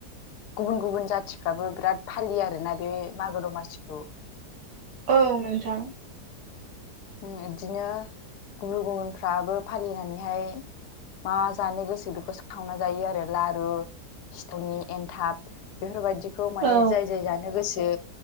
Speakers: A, on the left (about 75°); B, on the right (about 85°).
A: गुबुन गुबुन जाथिफ्राबो बिराद फालियो आरोना बे मागो दमासिखौ।
B: औ नोंथां।
A: उम बिदिनो गुबुन गुबुनफ्राबो फालिनानैहाय मा जानो गोसो बेखौ सावना जायो आरो लारु सिथावनि एनथाब बेफोरबायदिखौ माने
B: औ
A: जाय जाय जानो गोसो